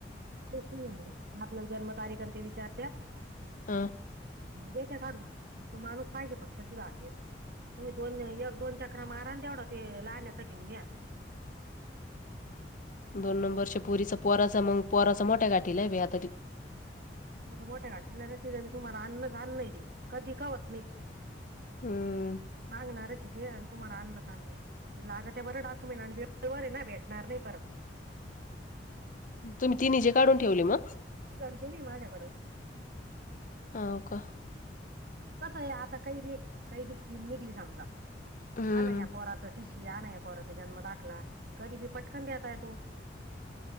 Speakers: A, on the right; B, on the left.
A: का म्हणले आपल्या जन्मतारीख आणि ते विचारत
B: हा
A: देते काढून तू माणूस पाहिजे फक्त तिचा आगेर तुम्ही दोन एक दोन चक्र माराण तेवढा ते लाहण्याचा घेऊन या
B: दोन नंबरच्या पुरीच पोहराच मग पोहराच मोठ्या गाठीला आहे बेया तरी
A: मला मोठ्या घाठला नाही तिी तुम्हाला अन्न झाान्न र कधी कावत नाही
B: हम्म
A: माग नाराचट तुम्हाला आण् का ते लाग ते बरं टाकूून आणि वेर आहे ना भेटणार नाही परत
B: तुम्ही ती निजे काढून ठेवली मग
A: एक त्यांची मी माझ्याकडं
B: नका
A: कस आहे आता काही बी काही बी स्कीम निघली समजा
B: हम्म
A: हा नाही या पोराच टीशीी हा नाही पोराचा जन्म दाखला तर कधी बी पटकन देता येतो